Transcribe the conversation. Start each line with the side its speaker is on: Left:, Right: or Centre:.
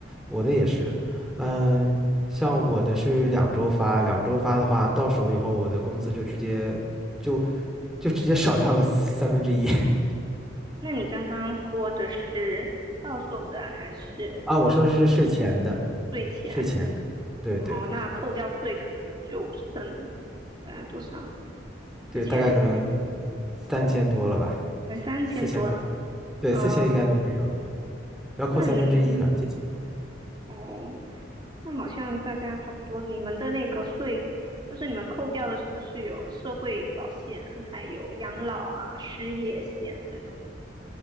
Centre: 我的也是，嗯、像我的是两周发，两周发的话，到手以后我的工资就直接就就直接少掉了三分之一。<laughs>
Right: 那你刚刚说的是到手的还是呃
Centre: 啊，我说是税前的，
Right: 税前？
Centre: 税前的，对对
Right: 哦，那扣掉税可能就剩呃多少？
Centre: 对，
Right: 四千几，
Centre: 大概可能三千多了吧，
Right: 还三千多啦。
Centre: 四千多，对，
Right: 哦、
Centre: 四千应该都没有了，要扣三分之一呢，
Right: 那你们
Centre: 接近。
Right: 哦，那好像大家差不多。你们的那个税，就是你们扣掉的，是不是有社会保险，还有养老啊、失业险这种？